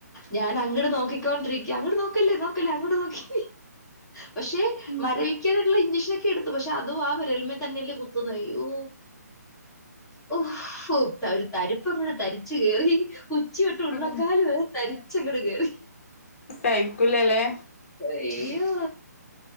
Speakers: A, in the centre; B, on the left.
A: ഞാൻ അങ്ങട് നോക്കിക്കൊണ്ടിരിക്കുക. അങ്ങട് നോക്കല്ലേ നോക്കല്ലേ അങ്ങോട്ട് നോക്കി പക്ഷെ
B: ഉം
A: മരവി കിക്കാനായിട്ടുള്ള ഇഞ്ചക്ഷനൊക്കെ എടുത്തു പക്ഷെ അതും ആ വിരൽമേ തന്നെയല്ലേ കുത്തുന്നേ. അയ്യോ ഓ ഒരു തരു- പ്പ അങ്ങട് തരിച്ച് കേറി ഉച്ചി തൊട്ട് ഉള്ളങ്കാല്
B: ഉം
A: വരെ തരിച്ചങ്ങട് കേറി.
B: സഹിക്കൂല്ല അല്ലേ?
A: അയ്യോ